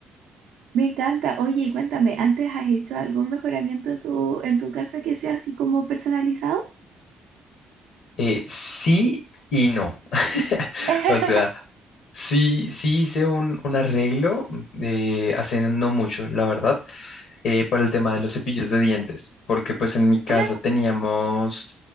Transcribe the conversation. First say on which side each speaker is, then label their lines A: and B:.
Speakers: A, on the right; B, on the left.
A: Me encanta. Oye, y cuéntame, ¿antes has hecho algún mejoramiento en tu, en tu casa que sea así como personalizado?
B: Eh, sí y no. <laughs>
A: <laughs>
B: O sea, sí, sí hice un, un arreglo mm, eh, hace no mucho, la verdad, eh, para el tema de los cepillos de dientes, porque pues en mi casa
A: Ah,
B: teníamos,